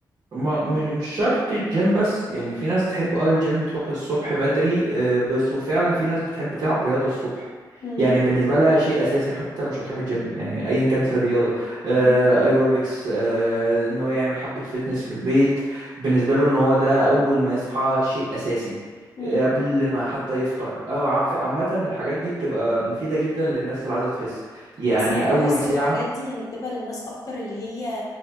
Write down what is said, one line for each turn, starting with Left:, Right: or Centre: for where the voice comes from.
Right: ما مش مش شرط الجيم بس يعني في ناس تحب اه الجيم تروح الصبح بدري آه، بس وفعلا في ناس بتحب تلعب رياضة الصبح
Left: مم.
Right: يعني بالنسبة لها شيء أساسي حتى لو مش هتروح الجيم يعني أيا كانت الرياضة آه،
Left: مم.
Right: أيروبكس آه، إن هو يعمل حبة فتنس في البيت بالنسبة له إن هو ده أول ما يصحى شيء أساسي
Left: مم.
Right: آه، قبل ما حتى يفطر اه عم- عامة الحاجات دي بتبقى مفيدة جدا للناس اللي عايزة تخس يعني
Left: بس انا بحس
Right: أول ساعة
Left: الحاجات دي يعني بتبقى للناس اكتر اللي هي